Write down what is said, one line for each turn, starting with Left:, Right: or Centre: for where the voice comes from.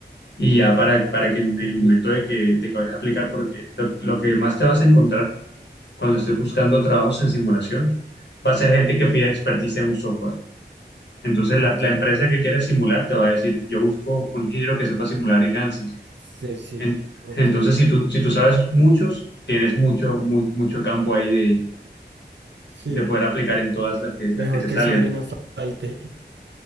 Left: y ya para, para que en el
Right: Ok,
Left: momento de que, de que vayas a aplicar, porque lo, lo que más te vas a encontrar cuando estés buscando trabajos en simulación va a ser gente que pida experticia en un software. Entonces,
Right: ok.
Left: la, la empresa que quiere simular te va a decir, yo busco un ingeniero que sepa simular en ANSYS.
Right: Sí, sí,
Left: En-
Right: ok.
Left: entonces, si tú, si tú sabes muchos, tienes mucho, mu- mucho campo ahí de,
Right: Sí,
Left: de poder aplicar en todas las que,
Right: mejor
Left: las que te
Right: que
Left: salgan.
Right: sobre y no falte.